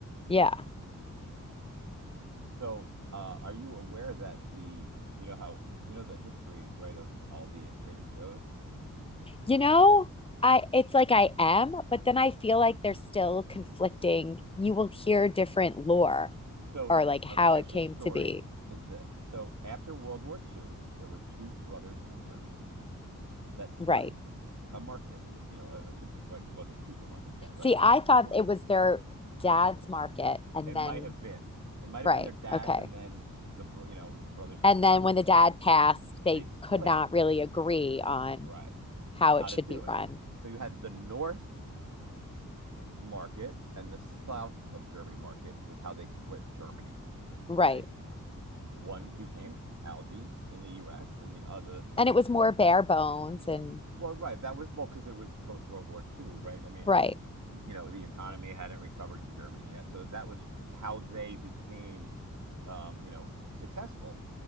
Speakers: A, on the left; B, on the right.
A: Yeah.
B: So, uh, are you aware that the you know how you know the history right of Aldi and Trader Joe's,
A: You know,
B: right?
A: I it's like I am, but then I feel like there's still conflicting. You will hear different lore
B: So
A: or
B: its
A: like how
B: official
A: it came
B: story
A: to be.
B: is this. So after World War II, there were two brothers in Germany that started
A: Right.
B: a market. You know, a, a super like wasn't supermarket yet, right?
A: See,
B: You
A: I
B: know,
A: thought
B: a market.
A: it was their dad's market and
B: It might
A: then
B: have been. It might have
A: right.
B: been their dads,
A: Okay.
B: and then the br- you know the brothers inherited.
A: And then when the dad passed, they
B: They split,
A: could not really agree on
B: right?
A: how
B: How
A: it
B: to
A: should
B: do
A: be
B: it?
A: run.
B: So you had the North market and the south of Germany market was how they split Germany.
A: Right.
B: Okay, one became Aldi in the U.S. and the other the
A: And it was more bare bones and
B: well, right. That was well because it was post World War II, right? I mean,
A: right,
B: you know, the economy hadn't recovered in Germany yet, so that was how they became, um, you know, successful,